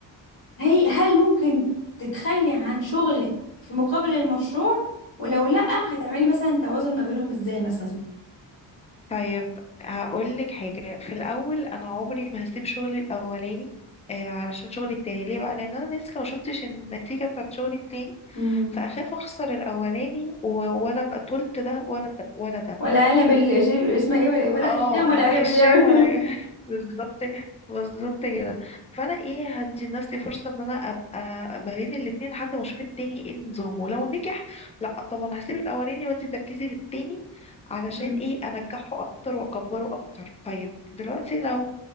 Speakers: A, on the left; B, on the left.
A: هي هل ممكن تتخلي عن شغلك في مقابل المشروع ولو لأ هتعملي مثلا توازن ما بينهم ازاي مثلا
B: طيب هقول لك حاجه في الاول انا عمري ما هسيب شغلي الاولاني آه، علشان شغلي التاني ليه بقى لان انا لسه ما شفتش النتيجه بتاعت شغلي التاني
A: مم.
B: فاخاف اخسر الاولاني و- ولا ابقى طولت ده ولا ده ولا ده
A: ولا علب اللي اسمها ايه ولا ولا
B: اه
A: هشام ولا
B: بلح
A: علب
B: الشام
A: اللي يعمل
B: ولا <laughs> بالظبط بالظبط كده فانا ايه هدي لنفسي فرصه ان انا ابقى ما بين الاتنين لحد ما اشوف التاني ايه نظامه لو نجح لا طبعا هسيب الاولاني وادي تركيزي للتاني علشان
A: <laughs> مم.
B: ايه انجحه اكتر واكبره اكتر طيب دلوقتي لو